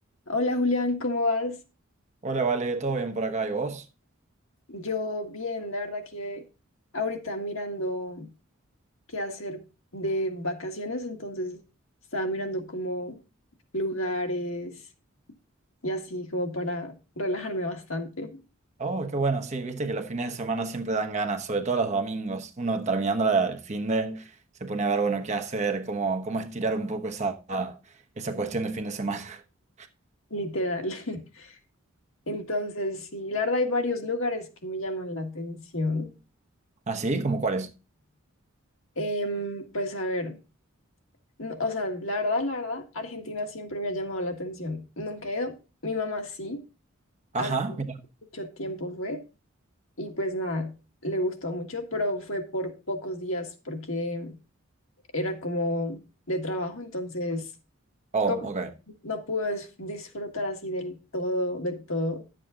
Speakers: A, on the left; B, on the right.
A: Hola Julián, ¿cómo vas?
B: Hola, Vale, ¿todo bien por acá? ¿Y vos?
A: Yo bien, la verdad que ahorita mirando qué hacer de vacaciones, entonces estaba mirando como lugares y así como para relajarme bastante,
B: Oh, qué bueno, sí, viste que los fines de semana siempre dan ganas, sobre todo los domingos. Uno terminando la- el fin de se pone a ver, bueno, qué hacer, cómo, cómo estirar un poco esa, esa cuestión de fin de semana. <laughs>
A: literal. <laughs> Entonces, sí, la verdad hay varios lugares que me llaman la atención.
B: ¿Ah, sí? ¿Cómo cuáles?
A: Em, pues a ver, no- o sea, la verdad, la verdad, Argentina siempre me ha llamado la atención. Nunca he ido, mi mamá sí,
B: Ajá,
A: hace
B: mira.
A: mucho tiempo fue. Y pues nada, le gustó mucho, pero fue por pocos días porque era como de trabajo, entonces
B: Oh,
A: como
B: ok,
A: no pude dis- disfrutar así del todo, del todo,